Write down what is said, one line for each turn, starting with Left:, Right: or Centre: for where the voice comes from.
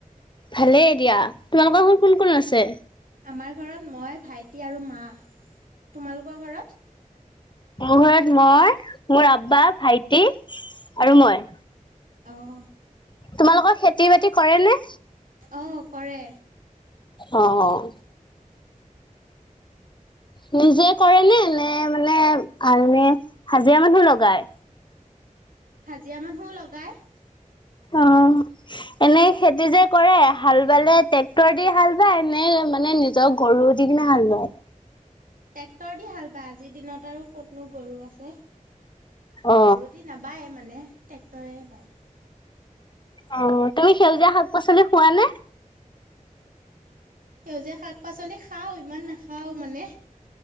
Left: ভালে এ দিয়া, তোমালোকৰ ঘৰত কোন কোন আছে।
Right: আমাৰ ঘৰত মই ভাইটি আৰু মা, তোমালোকৰ ঘৰত।
Left: মোৰ ঘৰত মই মোৰ আব্বা ভাইটি আৰু মই।
Right: অ'।
Left: তোমালোকৰ খেতি বাতি কৰে নে।
Right: অ' কৰে।
Left: অ', অ'। নিজে কৰে নে নে মানে আনে হাজিৰা মানুহ লগায়।
Right: হাজিৰা মানুহও লগায়।
Left: অ' এনে খেতি যে কৰে হাল বালে ট্ৰেক্টৰ দি হাল বায় নে মানে নিজৰ গৰু দি কিনে হাল বায়।
Right: ট্ৰেক্টৰ দি হাল বায় আজিৰ দিনত আৰু ক'তনো গৰু আছে।
Left: অ
Right: গৰু দি নাবায় মানে। ট্ৰেক্টৰেৰে বায়।
Left: অহ', তুমি সেউজীয়া শাক পাচলি খুৱানে।
Right: সেউজীয়া শাক পাচলি খাওঁ ইমান নাখাওঁ মানে।